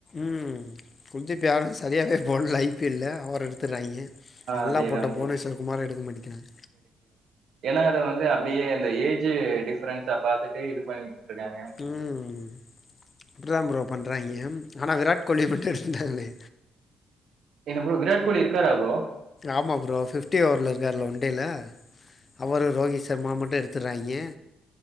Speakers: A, on the left (about 35°); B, on the right (about 70°).
A: ம் குல்திப் யாதவ் சரியாவே போட்ல ஐ பி எல் ல அவர எடுத்துறாய்ங்க நல்லா
B: அதேதான்
A: போட்ட புவனேஸ்வர் குமார எடுக்க மாட்டிக்கிறாங்
B: ஏனா அது வந்து அப்டியே அந்த ஏஜ் டிஃப்ரென்ஸ பாத்துட்டே இது பண்ணிட்ருக்காங்க
A: ம் ம் அப்டிதா ப்ரோ பண்றாய்ங்க ஆனா விராட் கோலி மட்டு இருந்தாங்ளே
B: என்ன ப்ரோ விராட் கோலி இருக்காறா ப்ரோ
A: ஆமா ப்ரோ ஃபிஃப்டி ஓவர்ல இருக்கார்ல ஒன் டே ல அவரு ரோகித் சர்மா மட்டு எடுத்துறாய்ங்க